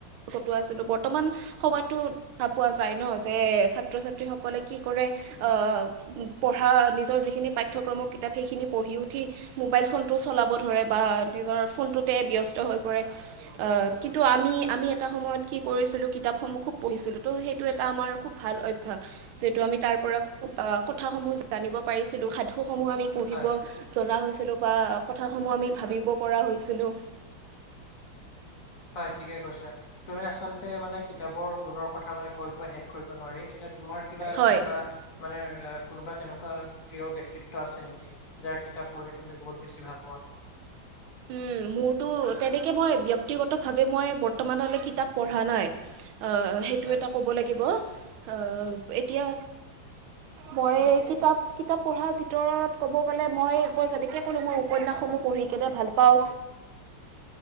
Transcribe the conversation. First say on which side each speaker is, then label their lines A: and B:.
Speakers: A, on the right; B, on the left.
A: কত আছিলো বৰ্তমান সময়তো দেখা পোৱা যায় ন যে ছাত্ৰ ছাত্ৰী সকলে কি কৰে আহ পঢ়া নিজৰ যিখিনি পাঠ্যক্ৰমৰ কিতাপ সেইখিনি পঢ়ি উঠি মোবাইল ফোনটো চলাব ধৰে বা নিজৰ ফোনটোতে ব্যস্ত হৈ পৰে অ কিন্তু আমি আমি এটা সময়ত কি কৰিছিলো কিতাপসমূহ খুব পঢ়িছিলোঁ ত সেইটো এটা আমাৰ খুব ভাল অভ্যাস যিটো আমি তাৰ পৰা খুব কথাসমূহ জানিব পাৰিছিলোঁ সাধুসমূহ আমি পঢ়িব
B: হয়
A: জনা হৈছিলো বা কথা সমূহ আমি ভাবিব পৰা হৈছিলো।
B: হয় ঠিকে কৈছা তুমি আচলতে মানে কিতাপৰ গুণৰ কথা মানে কৈ কৈ শেষ কৰিব নোৱাৰি এয়া তোমাৰ কিবা
A: হয়
B: কোনোবা মানে কোনোবা তেনেকুৱা প্ৰিয় ব্যক্তিত্ব আছে নেকি যাৰ কিতাপ পঢ়ি তুমি বহুত বেছি ভাল পোৱা।
A: উম মোৰতো তেনেকে মই ব্যক্তিগত ভাৱে মই বৰ্তমানলৈকে কিতাপ পঢ়া নাই আহ সেইটো
B: হয়
A: এটা ক'ব লাগিব আহ এতিয়া মই কিতাপ কিতাপ পঢ়াৰ ভিতৰত ক'ব গ'লে মই যেনেকে ক'লো মই উপন্যাস পঢ়ি কেনে ভাল পাওঁ